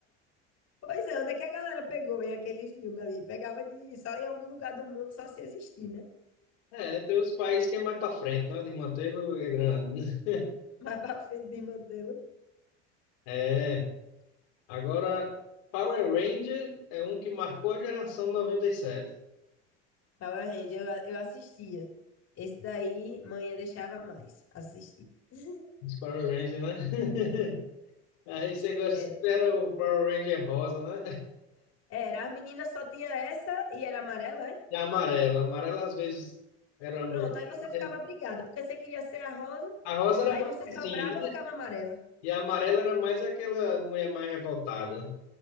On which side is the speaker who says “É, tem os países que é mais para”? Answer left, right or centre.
Left